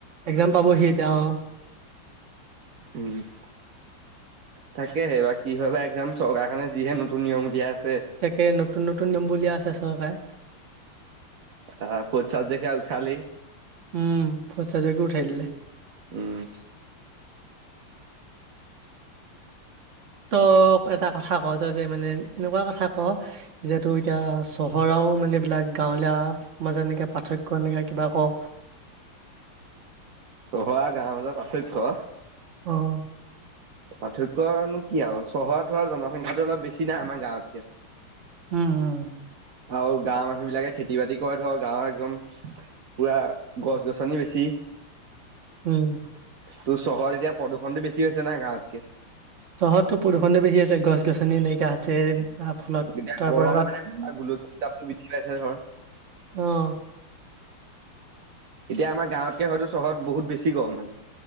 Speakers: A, on the right (about 40°); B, on the right (about 60°).
A: এক্জাম পাবহি এতিয়া অ'।
B: <unintelligible> তাকে সেই বা কি হয় বা একজাম চৰকাৰখনে যিহে নতুন নিয়ম উলিয়াই আছে।
A: তাকে নতুন নতুন নিয়ম উলিয়ীই আছে চহকাৰে।
B: আহ পচত দেখে উঠালি।
A: উম ফচা জক উঠাই দিলে।
B: উম।
A: ত এটা কথা ক তই যে মানে এনেকুৱা কথা ক যে টো এতিয়া চহৰও মান এই বিলাক গাঁৱলীয়া মাজে এনেকে পাৰ্থক্য এনেকে কিবা ক <inaudible>
B: চহৰ আৰু গাওঁ মাজত পাৰ্থক্য
A: অ' উম
B: পাৰ্থক্যনো কি আৰু চহৰত ধ জনসংখ্যাটো অলপ বেছি নাই আমাৰ গাঁৱতকে।
A: উম উম।
B: আৰু গাঁৱৰ মানুহ বিলাকে খেতি বাতি কৰে ধৰ গাঁৱত একদম পুৰা গছ গছনি বেছি।
A: উম।
B: ত' চহৰত এতিয়া প্ৰদূষণটো বেছি হৈছে নাই গাঁৱতকে।
A: চহৰততো প্ৰদূষণে বেছি আছে, গছ গছ নী নাইকিয়া হৈছে তা ফলত
B: এতিয়া
A: তাৰ
B: গৰম
A: পৰা তাত
B: মানে গোলকীয় উত্তাপটো বৃদ্ধি পাইছে ধৰ
A: অ'।
B: এতিয়া আমাৰ গাঁৱতকে হয়তো চহৰত বহুত বেছি গৰম মানে